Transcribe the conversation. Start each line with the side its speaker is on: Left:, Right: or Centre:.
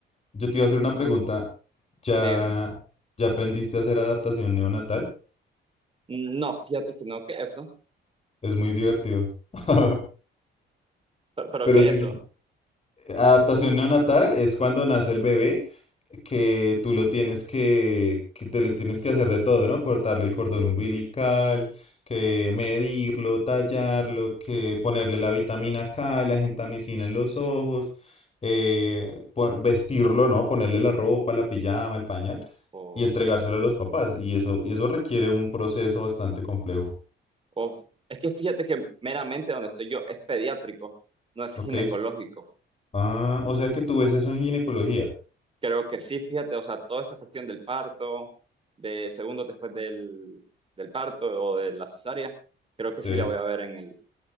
Left: Yo te iba a hacer una pregunta, ¿ya,
Right: dígame.
Left: ya aprendiste a hacer adaptación neonatal?
Right: No, fíjate que no, que eso,
Left: Es muy divertido. <laughs>
Right: pero, pero
Left: Pero
Right: que
Left: sí,
Right: eso.
Left: sí. Adaptación neonatal es cuando nace el bebé. que tú lo tienes que, que te le tienes que hacer de todo, ¿no? Cortarle el cordón umbilical, que medirlo, tallarlo, que ponerle la vitamina K, la gentamicina en los ojos, eh, pon- vestirlo, ¿no? Ponerle la ropa, la pijama, el pañal
Right: O,
Left: y entregárselo a los papás. Y eso, y eso requiere un proceso bastante complejo,
Right: o- es que fíjate que meramente donde estoy yo es pediátrico, no es
Left: ¿ok?
Right: ginecológico.
Left: Ah, o sea que tú ves eso en ginecología,
Right: Creo que sí, fíjate, o sea, toda esa cuestión del parto, de segundos después del, del parto o de la cesárea, creo que
Left: ¿sí?
Right: sí la voy a ver en el